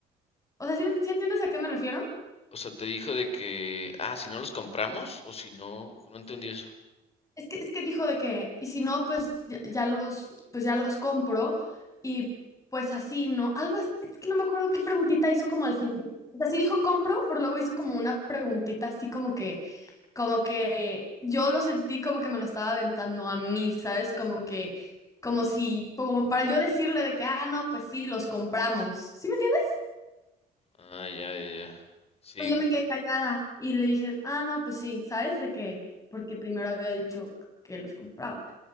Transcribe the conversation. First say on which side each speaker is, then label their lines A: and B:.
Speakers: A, on the left; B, on the left.
A: O sea, ¿sí, sí entiendes a qué me refiero?
B: O sea, te dijo de que, ah, si no los compramos o si no, no entendí eso.
A: Es que, es que dijo de que, y si no, pues ya, ya los, pues ya los compro y pues así, ¿no? Algo es, es que no me acuerdo qué preguntita hizo como al final. O sea, sí dijo compro, pero luego hizo como una preguntita así como que, como que yo lo sentí como que me lo estaba aventando a mí, ¿sabes? Como que, como si, como para yo decirle de que, ah, no, pues sí, los compramos. ¿Sí me entiendes?
B: Ah, ya, ya, ya. Sí,
A: Pero yo me quedé callada y le dije, ah, no, pues sí, ¿sabes? De que, porque primero había dicho que los compraba.